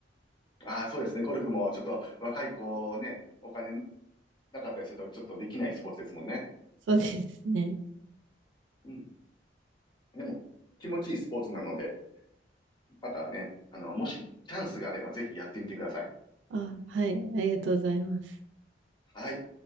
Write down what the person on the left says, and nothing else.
ああ、そうですね。ゴルフもちょっと若い子ね、お金なかったりするとちょっとできないスポーツですもんね。
うん。でも、気持ちいいスポーツなので、またね、あの、もしチャンスがあればぜひやってみてください。
はい。